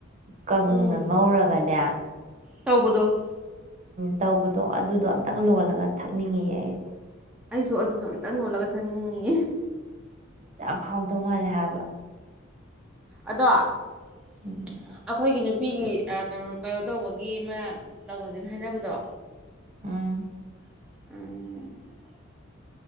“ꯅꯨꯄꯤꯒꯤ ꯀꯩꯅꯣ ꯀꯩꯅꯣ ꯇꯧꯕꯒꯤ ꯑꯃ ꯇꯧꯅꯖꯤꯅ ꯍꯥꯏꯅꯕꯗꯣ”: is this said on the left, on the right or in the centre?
Centre